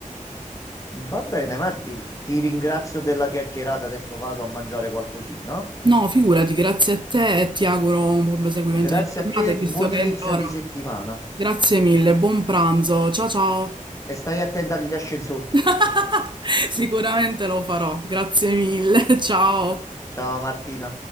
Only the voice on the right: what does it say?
No, figurati, grazie a te e ti auguro un buon proseguimento
di giornata,
e visto
che
è l'ora.
Grazie mille, buon pranzo. Ciao ciao.
<laughs> Sicuramente lo farò. Grazie mille. <laughs> Ciao.